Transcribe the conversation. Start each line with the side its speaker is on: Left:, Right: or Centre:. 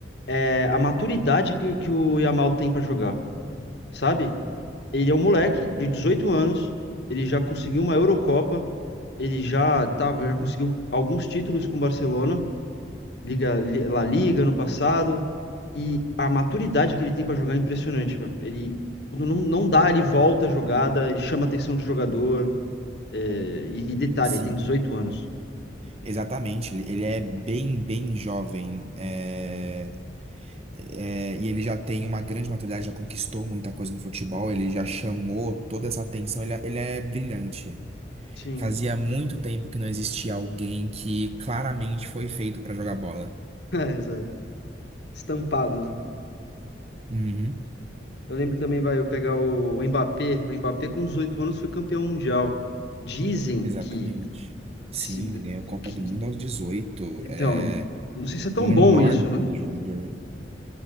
Left: é a maturidade que, que o Yamal tem pra jogar, sabe? Ele é um moleque de 18 anos, ele já conseguiu uma Eurocopa, ele já tava, já conseguiu alguns títulos com o Barcelona, Liga, Li- La Liga no passado, e a maturidade que ele tem para jogar é impressionante. velho. Ele, quando não, não dá, ele volta a jogada, ele chama a atenção do jogador. é, e, e detalhe,
Right: sim,
Left: ele tem 18 anos.
Right: exatamente. Ele ele é bem, bem jovem. É, É, e ele já tem uma grande maturidade, já conquistou muita coisa no futebol, ele já chamou toda essa atenção, ele, é- ele é brilhante.
Left: Sim,
Right: Fazia muito tempo que não existia alguém que claramente foi feito para jogar bola.
Left: <laughs> é, exato. Estampado, né?
Right: Uhum,
Left: Eu lembro também, vai, eu pegar o Mbappé. O Mbappé, com 18 anos, foi campeão mundial. Dizem
Right: exatamente.
Left: que,
Right: Sim,
Left: se,
Right: ganhou a Copa
Left: que.
Right: do Mundo aos dezoito.
Left: Então,
Right: É
Left: não sei se é tão
Right: um
Left: bom
Right: enorme
Left: isso, né?
Right: jogador.